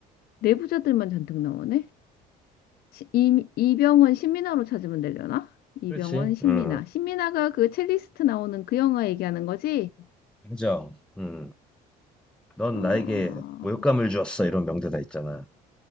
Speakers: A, on the left; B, in the centre.
A: 내부자들만 잔뜩 나오네. 시- 이, 이병헌 신민아로 찾으면 되려나? 이병헌
B: 그렇지.
A: 신민아.
B: 음.
A: 신민아가 그 첼리스트 나오는 그 영화 얘기하는 거지?
B: 인정. 음. 넌
A: 어...
B: 나에게 모욕감을 주었어. 이런 명대사 있잖아.